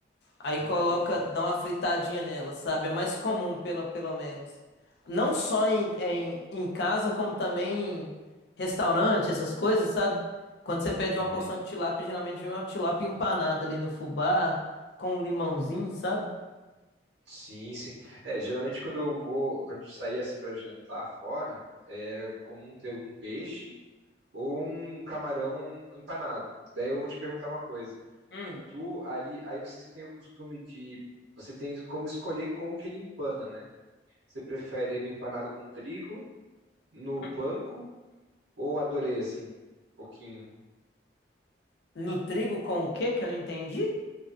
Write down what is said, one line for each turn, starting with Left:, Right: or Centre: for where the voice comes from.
Left: Aí
Right: hum,
Left: coloca, dá uma fritadinha nela, sabe? É mais comum, pelo, pelo menos. Não só em, em, em casa, como também em restaurante, essas coisas, sabe? Quando você pede
Right: uhum.
Left: uma porção de tilápia, geralmente vem uma tilápia empanada ali no fubá, com um limãozinho, sabe?
Right: Sim, sim. É, geralmente quando eu vou, quando a gente saía assim para jantar fora, era comum ter um peixe ou um camarão empanado. Daí eu vou te perguntar uma coisa.
Left: Hum,
Right: Tu ali, aí vocês têm o costume de, você tem como escolher como que ele empana, né? Você prefere ele empanado com trigo, no
Left: hum,
Right: panko ou adorei assim, um pouquinho?
Left: No trigo com o quê que eu não entendi?